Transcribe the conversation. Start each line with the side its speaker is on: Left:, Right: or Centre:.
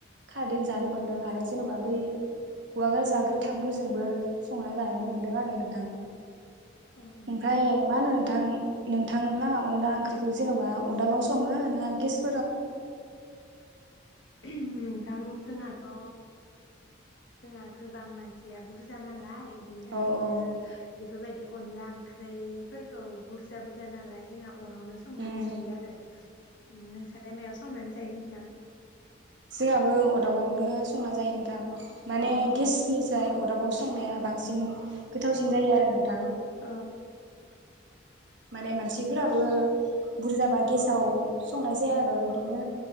Right: खारदैजों जानो मोनदों आरो जेन'बा बै औवा गोाजा गोथांफोरजोंबो संना जानो मोनदों आरो नोंथां
Left: औ औ
Right: ओमफ्राय मा होनो नोंथां थां लाहा अनला ओंख्रिखौ जेनेबा अदाबाव सङो ना गेस
Left: दा उम जोंहाथ' ओ जोंहा गोबां मानसिया बुरजा नालाय बिनि थाखायनो
Right: औ औ
Left: बेफोरबायदि अनला ओंख्रि बैफोरखौ बुरजा बुरजा नालाय जोंहा अरावनो संनानै
Right: उम
Left: जायो आरो उम मायाव संनानै जायो नोंथां
Right: जोंहाबो अदाबावनो संना जायो नोंथां माने
Left: अ
Right: गेसनि जाय अदाबाव संनाया बांसिन न गोथावसिन जायो आरो नोंथां
Left: औ
Right: माने मानसिफोराबो बुरजाबा गेसाव संनाय जाया आरो इदिनो